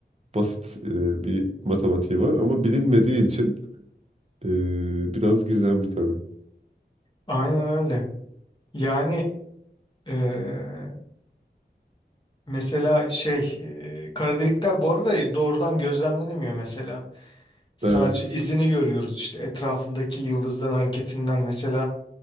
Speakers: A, on the right; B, on the left.
A: basit e, bir matematiği var ama bilinmediği için e, biraz gizemli tabii.
B: Aynen öyle. Yani eee, mesela şey eee kara delikler bu arada doğrudan gözlemlenemiyor mesela. Sadece
A: Evet.
B: izini görüyoruz işte etrafındaki yıldızların hareketinden mesela